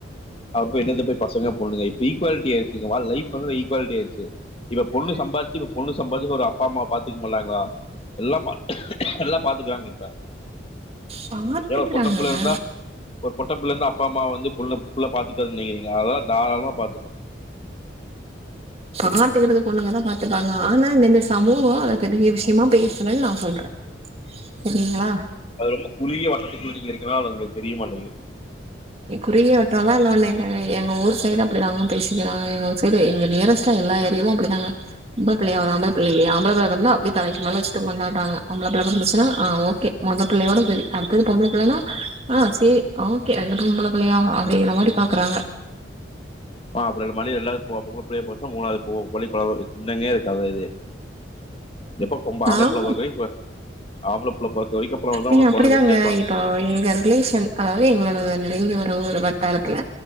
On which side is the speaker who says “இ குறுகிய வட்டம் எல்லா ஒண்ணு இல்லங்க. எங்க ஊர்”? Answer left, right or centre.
Right